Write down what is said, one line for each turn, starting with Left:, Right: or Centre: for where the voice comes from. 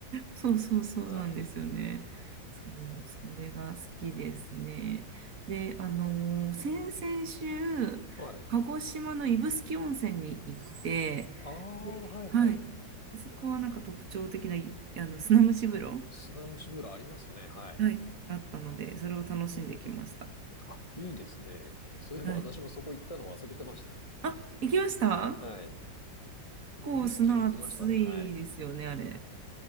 Right: そうそうそうなんですよね。
Left: はい。
Right: そう、それが好きですね。で、あのー先々週、
Left: はい。
Right: 鹿児島の指宿温泉に行って、
Left: ああ、
Right: で、
Left: はいはい。
Right: はい、あそこはなんか特徴的な、いあの砂蒸し風呂、
Left: 砂蒸し風呂ありますね。はい。
Right: はい、があったので、それを楽しんできました。
Left: あ、いいですね。そういえば私もそこ行ったの忘れてました。
Right: はい。あ、行きました
Left: はい。
Right: 結構砂熱いですよね、
Left: 指宿は行きましたね。はい。
Right: あれ。